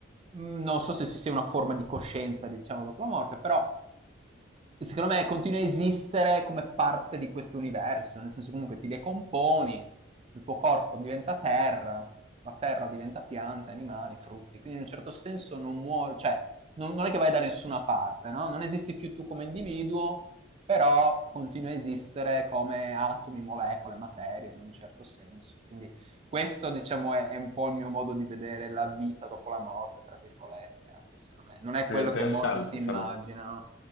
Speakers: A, on the right (about 30°); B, on the left (about 70°).
A: Mm, Non so se ci sia una forma di coscienza, diciamo, dopo la morte, però secondo me continua a esistere come parte di questo universo, nel senso comunque ti decomponi, il tuo corpo diventa terra, la terra diventa piante, animali, frutti, quindi in un certo senso non muovi, cioè non, non è che vai da nessuna parte, no? Non esisti più tu come individuo, però continua a esistere come atomi, molecole, materie in un certo senso, quindi questo, diciamo, è, è un po' il mio modo di vedere la vita dopo la morte, tra virgolette, anche se non è, non è
B: È
A: quello
B: interessante,
A: che molti si
B: insomma.
A: immaginano.